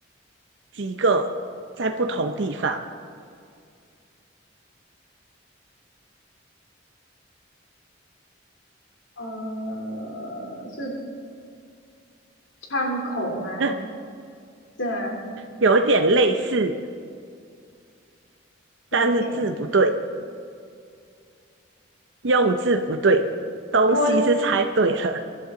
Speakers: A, on the right (about 70°); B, on the left (about 80°).
A: 几个，在不同地方，
B: 呃，是窗口吗？
A: <laughs>
B: 是吗？
A: 有一点类似，
B: 有点
A: 但是字不对，用字不对，东西是猜对了，
B: 玻璃